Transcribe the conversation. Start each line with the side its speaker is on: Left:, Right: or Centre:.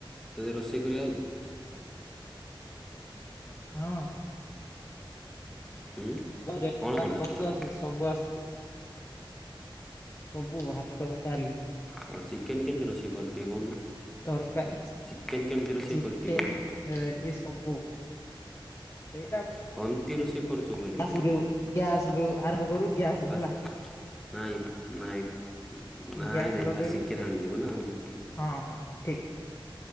Centre: ତୋତେ ରୋଷେଇ କରିଆ ଆଉଚି।
Left: ହଁଅଁ।
Centre: ହୁଁ
Left: <unintelligible>
Centre: କଣ
Left: ହେଲା
Centre: କଣ
Left: ସବୁ
Centre: ଆସୁଛି?
Left: ଆସ ସବୁ ଆସୁଚି। ସବୁ ଭାତ ଡାଲି
Centre: ହଁ ଚିକେନ୍ କେମିତି ରୋଷେଇ କରଚୁ ଟିକେ କହୁନୁ
Left: ତରକାରୀ
Centre: ଚିକେନ୍ କେମିତି ରୋଷେଇ
Left: ଚିକେନ
Centre: କରଚୁ ଟିକେ କହିଲୁ?
Left: ରେଡି ସବୁ <unintelligible>
Centre: କମିତି ରୋଷେଇ କରୁଛୁ ବୋଲି
Left: ଗ୍ୟାସ
Centre: କହିଲେ
Left: ରୁ ଆରମ୍ଭ କରୁ ଗ୍ୟାସ
Centre: ଫାଷ୍ଟ
Left: ହେଲା।
Centre: ନାଇଁ ନାଇଁ ନାଇଁ
Left: ଗ୍ୟାସ୍
Centre: ନାଇଁ
Left: ଲଗେଇବୁ
Centre: ଫାସ ଚିକେନ ଆଣି ଯିବ ନା ଆଉ।
Left: ହଁ ହଁ। ଠିକ୍